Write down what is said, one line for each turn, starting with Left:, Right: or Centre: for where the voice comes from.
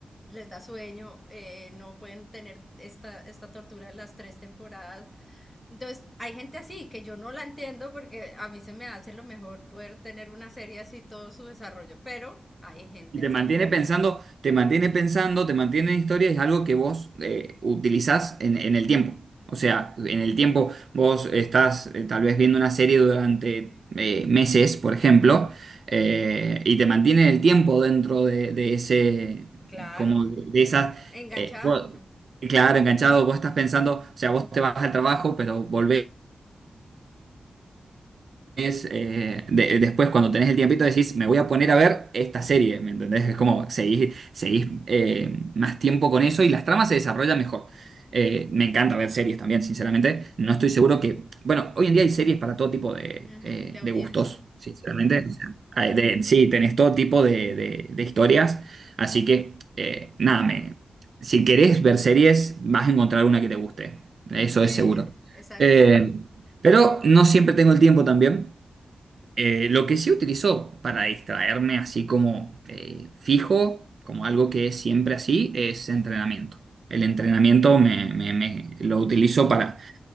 Centre: les da sueño, eh, no pueden tener esta, esta tortura de las tres temporadas. Entonces, hay gente así que yo no la entiendo porque a mí se me hace lo mejor poder tener una serie así todo su desarrollo, pero hay gente
Right: Y
Centre: así.
Right: te mantiene pensando, te mantiene pensando, te mantiene en historia, es algo que vos eh, utilizás en, en el tiempo. O sea, en el tiempo vos estás eh, tal vez viendo una serie durante eh, meses, por ejemplo, eh, y te mantiene el tiempo dentro de, de ese,
Centre: Claro,
Right: como de, de esas,
Centre: enganchado,
Right: eh, vos- claro, enganchado, vos estás pensando, o sea, vos te vas al trabajo, pero volvés es, eh, de- después cuando tenés el tiempito decís, me voy a poner a ver esta serie, ¿me entendés? Es como seguís, seguís eh, más tiempo con eso y las tramas se desarrollan mejor. Eh, me encanta ver series también, sinceramente. No estoy seguro que, bueno, hoy en día hay series para todo tipo de,
Centre: ujú,
Right: eh,
Centre: de audiencia.
Right: de gustos, sinceramente. O sea, hay de- sí, tenés todo tipo de, de- de historias, así que eh, nada, me, si querés ver series, vas a encontrar una que te guste, eso
Centre: Sí,
Right: es seguro.
Centre: exacto.
Right: Eh, pero no siempre tengo el tiempo también. Eh, lo que sí utilizo para distraerme así como eh, fijo, como algo que es siempre así, es entrenamiento. El entrenamiento me, me- me- lo utilizo para,